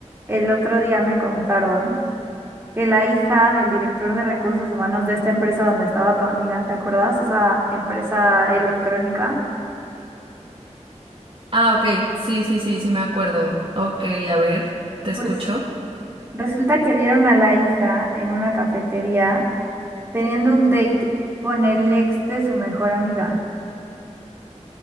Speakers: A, on the right; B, on the right.
A: el otro día me contaron que la hija del director de recursos humanos de esta empresa donde estaba tu amiga, ¿te acuerdas? Esa empresa electrónica.
B: Ah, ok, sí, sí, sí, sí me acuerdo. Ok, a ver, te escucho.
A: Pues resulta que vieron a la hija en una cafetería teniendo un date con el ex de su mejor amiga.